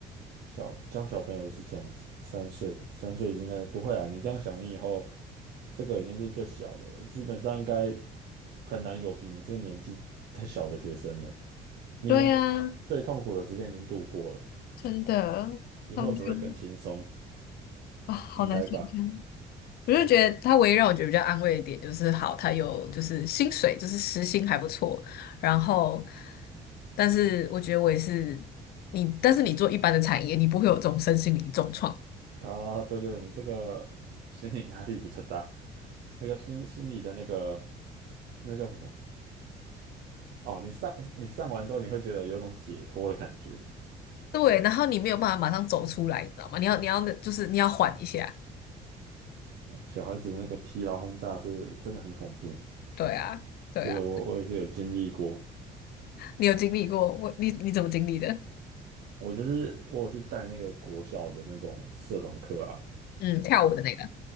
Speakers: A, on the right (about 70°); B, on the left (about 65°).
A: 小教小朋友是这样子，三岁，三岁应该不会啊。你这样想，你以后这个已经是最小的了，基本上应该很难有比你这个年纪再小的学生了。你已经最痛苦的时间已经度过了，
B: 对呀，真的，
A: 以后只会更轻松，
B: 他们就啊，好难想象。
A: 应该吧？
B: 我就觉得他唯一让我觉得比较安慰的点就是，好，他有就是薪水，就是时薪还不错。然后，但是我觉得我也是你，但是你做一般的产业，你不会有这种身心灵重创。
A: 啊，对对，你这个心理压力比较大，那个心心理的那个那叫什么？哦，你上你上完之后，你会觉得有种解脱的感觉。
B: 对，然后你没有办法马上走出来，你知道吗？你要你要就是你要缓一下。
A: 小孩子的那个疲劳轰炸是真的很恐怖。
B: 对啊，对啊，
A: 这个我我也是有经历过，
B: 你有经历过？我你你怎么经历的？
A: 我就是我有去带那个国小的那种社团课啊，
B: 嗯，跳舞的那个。